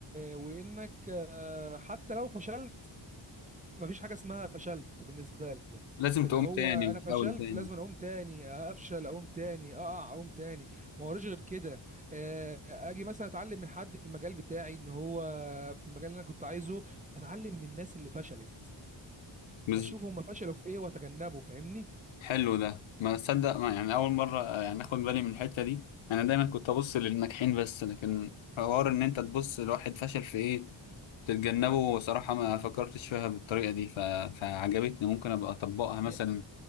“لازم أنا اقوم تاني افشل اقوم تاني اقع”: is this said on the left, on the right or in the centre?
Right